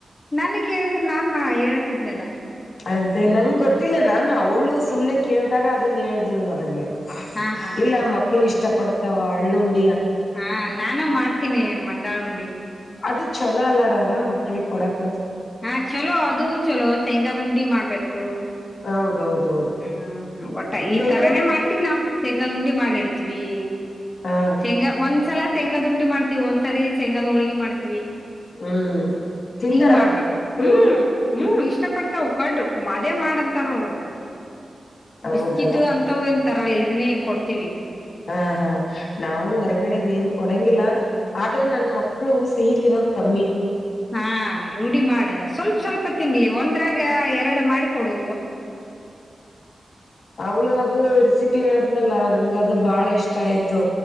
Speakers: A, on the left; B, on the left.
A: ನನ್ ಕೇಳಿದ್ರೆ ನಾನ್ ಹೇಳ್ತಿದ್ನಲ್ಲ.
B: ಅದೇ ನಂಗೆ ಗೊತ್ತಿಲ್ಲ ನಾನು ಅವ್ಳು ಸುಮ್ನೆ ಕೇಳ್ದಾಗ ಅದನ್ ಹೇಳ್ದು ನನಗೆ.
A: ಹಾ ಹಾ
B: ಇಲ್ಲ ಮಕ್ಕಳು ಇಷ್ಟ ಪಡ್ತಾವ ಹಳ್ಳುಂಟ
A: ಹಾ ನಾನು ಮಾಡ್ತೀನಿ ಮಂಡಾಳ ಉಂಡಿ.
B: ಅದು ಚಲೋ ಅಲ್ಲ ರಾಧ ಮಕ್ಳಿಗೆ ಕೊಡಕ್ಕೆ.
A: ಹಾ ಚಲೋ ಅದು ಚಲೋ ಶೇಂಗಾದ್ ಉಂಡಿ ಮಾಡ್ಬೇಕು.
B: ಹೌದೌದೌದು
A: ಹ್ಮ್ ಒಟ್ಟ ಈ
B: ಶೇಂಗದ
A: ತರಾನೇ
B: ಉಂಡಿ
A: ಮಾಡ್ತೀವಿ ನಾವು ಶೇಂಗಾದ್ ಉಂಡಿ ಮಾಡಿ ಇಡ್ತೀವಿ.
B: ಹಾ
A: ಶೇಂಗಾ ಒಂದ್ಸಲ ಶೆಂಗ ಉಂಡಿ ಮಾಡ್ತಿವಿ ಒಂದ್ಸರಿ ಶೆಂಗಾದ್ ಹೋಳಿಗೆ ಮಾಡ್ತೀವಿ.
B: ಹ್ಮ್ ತಿಂತಾರಲ್ಲ
A: ಹಿಂಗ್ ಮಾಡ್ಬೇಕು
B: ಮಕ್ಳು
A: ಹ್ಮ್
B: ರುಬ್ಬೋದು.
A: ಹ್ಮ್ ಇಷ್ಟ ಪಡ್ತಾವ ಕಡುಅದೇ ಮಾಡಂತಾರ ಅವರು.
B: ಹೌದಲ್ಲ
A: ಬಿಸ್ಕಿಟ್ ಅಂತ ವೇನ್ ತರಲ್ಲ ಇದನ್ನೇ ಕೊಡ್ತೀವಿ.
B: ಹಾ ಹಾ ನಾವು ಹೊರಗಡೆದು ಏನ್ ಕೊಡಂಗಿಲ್ಲ ಆದ್ರೆ ನನ್ ಮಕ್ಳು ಸಿಹಿ ತಿನ ಕಮ್ಮಿ
A: ಹಾ ರೂಢಿ ಮಾಡು ಸ್ವಲ್ಪ ಸ್ವಲ್ಪ ತಿನ್ಲಿ ಒಂದ್ರಾಗ ಎರಡು ಮಾಡಿಕೊಡು.
B: ಅವಳುದು ರಿ ತು ಹೋದ್ಲಲ್ಲಾ ನಂಗ್ ಅದು ಬಹಳ ಇಷ್ಟ ಆಯ್ತು.